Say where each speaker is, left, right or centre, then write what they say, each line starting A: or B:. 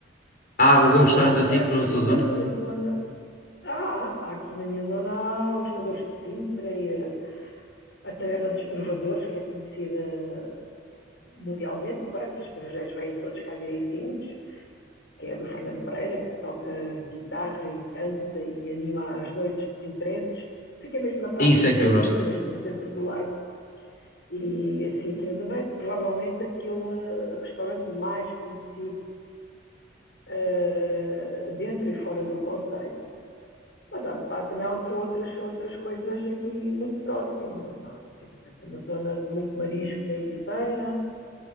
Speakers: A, on the left (about 55°); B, on the left (about 75°).
A: Há algum restaurante assim
B: Aqui
A: pela sua zona?
B: na minha zona. Ah, aqui na minha zona há os sabores de Sintra e a, a Taverna dos Trovadores, que é conhecida mundialmente quase, os estrangeiros vêm todos cá direitinhos, que é do Fernando Pereira, que toca guitarra e canta e anima as noites de Sintrenses. Fica mesmo na Praça
A: Isso
B: Fernando
A: é que eu gosto.
B: II, mesmo no centro do Largo. E assim, aqui na Zona provavelmente aquele restaurante mais conhecido uh, dentro e fora do Conselho. Mas há, há também outro, outras, outras coisas aqui muito próximas. Temos, temos uma zona de muito marisco na Ericeira,